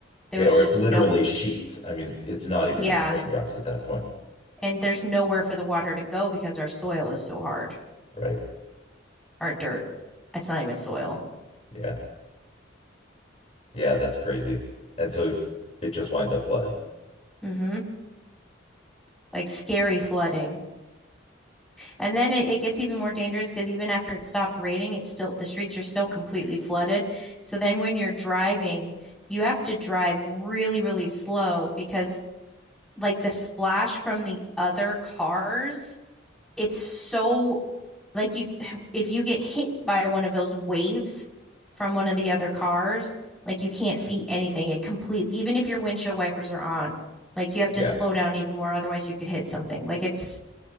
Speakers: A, in the centre; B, on the left.
A: There
B: yeah,
A: was
B: where
A: just
B: it's literally
A: no,
B: sheets. I mean, it's not even
A: yeah.
B: raindrops at that point,
A: and there's nowhere for the water to go because our soil is so hard,
B: right?
A: our dirt. It's not even soil.
B: Yeah. Yeah, that's crazy. And so it just winds up flooding.
A: hmm Like scary flooding. And then it, it gets even more dangerous because even after it stopped raining, it's still the streets are still completely flooded. So then when you're driving, you have to drive really, really slow because like the splash from the other cars, it's so like you <sighs> if you get hit by one of those waves from one of the other cars, like you can't see anything. It completely even if your windshield wipers are on, like you have to
B: Yeah.
A: slow down even more otherwise you could hit something. Like it's